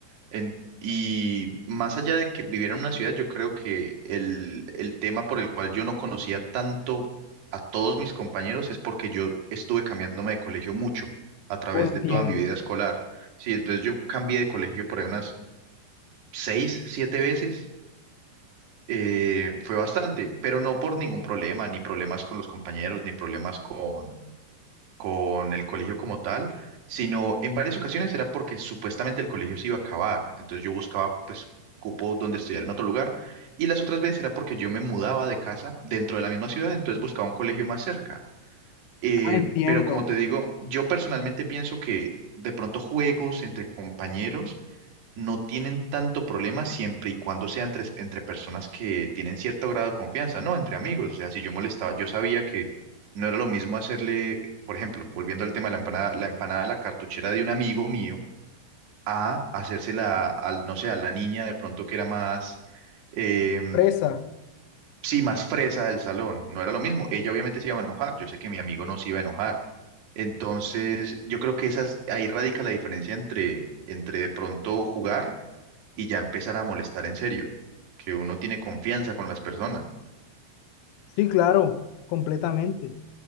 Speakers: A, on the right (about 65°); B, on the left (about 85°).
A: en- y más allá de que viviera en una ciudad, yo creo que el, el tema por el cual yo no conocía tanto a todos mis compañeros es porque yo estuve cambiándome de colegio mucho a través
B: Oh, entiendo.
A: de toda mi vida escolar. Sí, entonces yo cambié de colegio por ahí unas seis, siete veces eh, fue bastante, pero no por ningún problema, ni problemas con los compañeros, ni problemas con, con el colegio como tal, sino en varias ocasiones era porque supuestamente el colegio se iba a acabar, entonces yo buscaba pues cupo donde estudiar en otro lugar, y las otras veces era porque yo me mudaba de casa dentro de la misma ciudad, entonces buscaba un colegio más cerca. Eh,
B: Ah, entiendo.
A: pero como te digo, yo personalmente pienso que de pronto juegos entre compañeros no tienen tanto problema siempre y cuando sean entre, entre personas que tienen cierto grado de confianza, no entre amigos. O sea, si yo molestaba, yo sabía que no era lo mismo hacerle, por ejemplo, volviendo al tema de la empanada, la empanada a la cartuchera de un amigo mío, a hacérsela al, no sé, a la niña de pronto que era más, eh,
B: Presa.
A: sí, más fresa del salón. No era lo mismo. Ella obviamente se iba a enojar. Yo sé que mi amigo no se iba a enojar. Entonces, yo creo que esas, ahí radica la diferencia entre, entre de pronto jugar y ya empezar a molestar en serio, que uno tiene confianza con las personas.
B: Sí, claro, completamente.